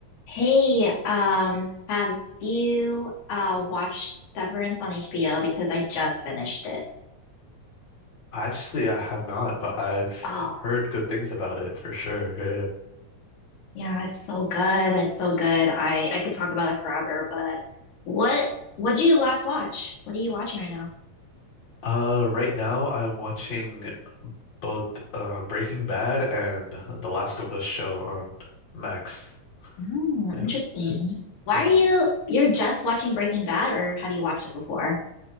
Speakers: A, on the left; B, on the left.
A: Hey, um, have you uh watched Severance on HBO? Because I just finished it.
B: Actually, I have not, but I've
A: Oh,
B: heard good things about it for sure. Yeah.
A: yeah, it's so good. It's so good. I I could talk about it forever, but what what did you last watch? What are you watching right now?
B: Uh, right now I'm watching both uh, Breaking Bad and The Last of Us show on Max.
A: Oh,
B: Yeah.
A: interesting. Why
B: hmm
A: are you you're just watching Breaking Bad or have you watched it before?